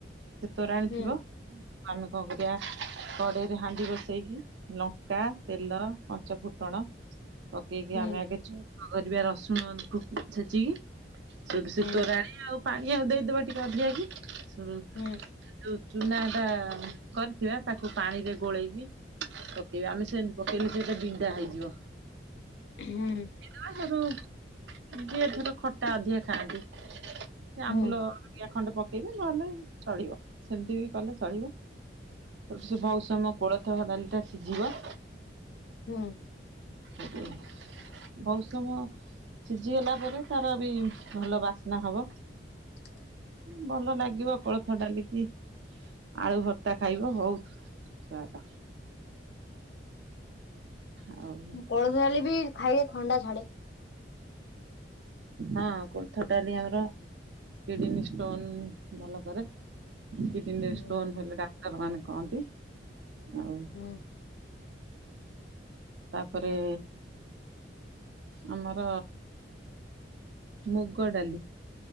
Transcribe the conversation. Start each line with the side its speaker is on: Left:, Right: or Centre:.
Right: ସେ ତୋରାଣୀ
Left: ହୁଁ
Right: ଥିବ ଆମେ କଣ କରିବା କଡେଇରେ ହାଣ୍ଡି ବସେଇକି ଲଙ୍କା, ତେଲ, କ ପଞ୍ଚଫୁଟଣ ପକେଇକି
Left: ହୁଁ
Right: ଆମେ ଆଗେ ଛୁଙ୍କ କରିବା ରସୁଣ ଫୁ ଛେଚିକି ସେଠୁ ସେ
Left: ହୁଁ
Right: ତୋରାଣି ଆଉ ପାଣି ଆଉ ଦେଇଦବା ଟିକେ ଅଧିକା କି ସେଠୁ
Left: ହୁଁ।
Right: ଯୋଉ ଚୁନା ଟା କରିଥିବା ତାକୁ ପାଣିରେ ଗୋଳେଇକି ପକେଇବା ଆମେ ସେମତି ପକେଇଲେ ସେଇଟା ବିଣ୍ଡା ହେଇଯିବ।
Left: ହୁଁ।
Right: <unintelligible> ଯିଏ ଧର ଖଟା ଅଧିକା ଖାଆନ୍ତି। ସେ
Left: ହୁଁ
Right: ଆମ୍ବୁଲ ହରିକା ଖଣ୍ଡେ ପକେଇବେ ନହେଲେ ଚଳିବ ସେମିତି ବି କଲେ ଚଳିବ। ସେ ବହୁତ ସମୟ କୋଳଥ ଡାଲିଟା ସିଝିବ
Left: ହୁଁ।
Right: ବହୁତ ସମୟ ସିଝିଗଲା ପରେ ତାର ବି ଭଲ ବାସ୍ନା ହବ।
Left: <inaudible>
Right: ଭଲ ଲାଗିବ କୋଳଥ ଡାଲିକି ଆଳୁ ଭର୍ତା ଖାଇବ ହଉ ସୁଆଦ ଆଉ
Left: କୋଳଥ ଡାଲି ବି ଖାଇଲେ ଥଣ୍ଡା ଛାଡେ।
Right: ହଁ କୋଳଥ ଡାଲି ଆମର କିଡନୀ ଷ୍ଟୋନ ଭଲ କରେ। କିଡନୀରେ
Left: ହୁଁ
Right: ଷ୍ଟୋନ ହେଲେ ଡାକ୍ତର ମାନେ କହନ୍ତି ଆଉ
Left: ହୁଁ।
Right: ତାପରେ ଆମର ମୁଗ ଡାଲି